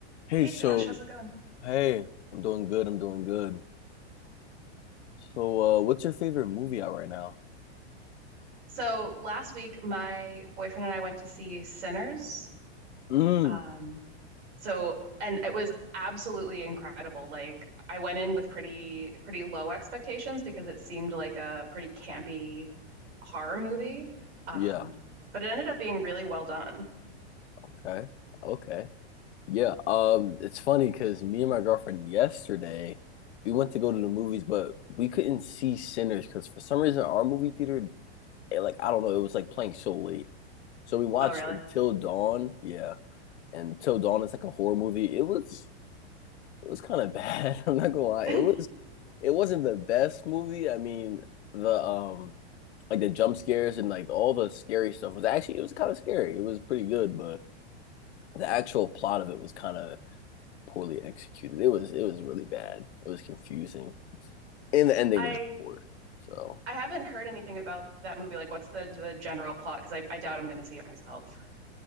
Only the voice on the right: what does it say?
Hey
Josh, how's it going?
So last week, my boyfriend and I went to see Sinners.
Um, so and it was absolutely incredible. Like I went in with pretty pretty low expectations because it seemed like a pretty campy horror movie. Um,
but it ended up being really well done.
Oh, really?
<laughs>
I
I haven't heard anything about that movie. Like, what's the the general plot? Because I, I doubt I'm going to see it myself.